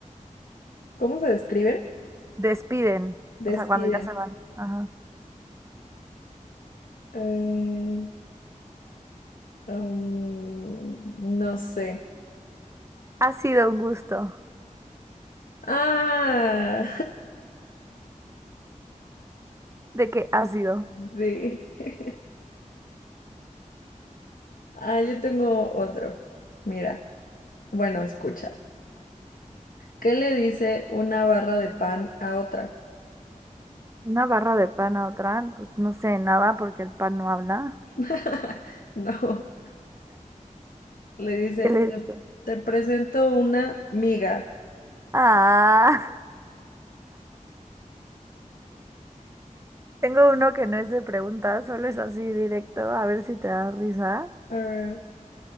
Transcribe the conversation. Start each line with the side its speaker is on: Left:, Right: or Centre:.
Left: ¿Cómo se describen?
Right: Despiden.
Left: Despiden.
Right: O sea, cuando ya se van. Ajá.
Left: Eh, um, no sé.
Right: Ha sido un gusto.
Left: Ah,
Right: ¿De qué ha sido?
Left: <laughs> sí. Ah, yo tengo otro. Mira, bueno, escucha. ¿Qué le dice una barra de pan a otra?
Right: Una barra de pan a otra, pues no sé nada porque el pan no habla.
Left: <laughs> No, le dice,
Right: ¿Qué le
Left: te,
Right: dice?
Left: te presento una miga.
Right: Ah, <laughs> tengo uno que no es de preguntas, solo es así directo, a ver si te da risa.
Left: A ver.